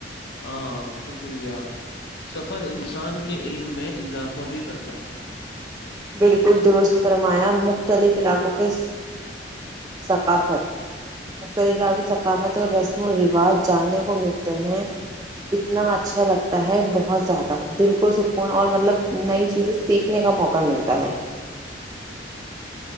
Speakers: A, on the left; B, on the right.
A: ہاں شکریہ سفر انسان کے علم میں اضافہ بھی کرتا ہے
B: بالکل درست فرمایا مختلف علاقوں کے ثقافت مختلف علاقوں کی ثقافت اور رسم و رواج جاننے کو مل ہیں اتنا اچھا لگتا تا ہے بہت زیادہ دل کو سکون اور مطلب نئی چیزیں سیکھنے کا موقع ملتا تا